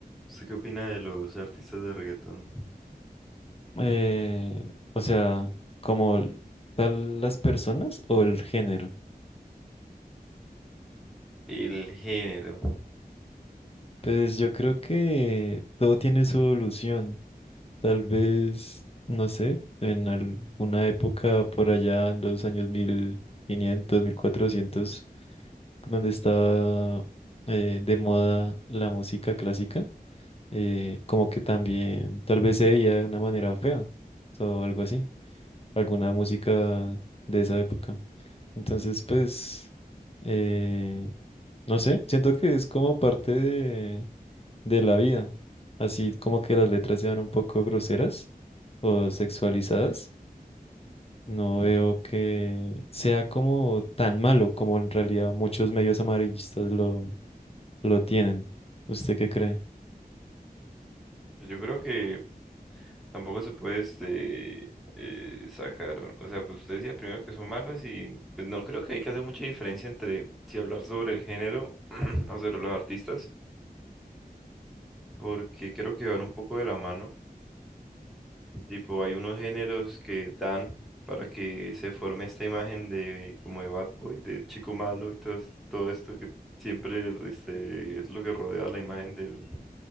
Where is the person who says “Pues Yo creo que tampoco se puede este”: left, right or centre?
Centre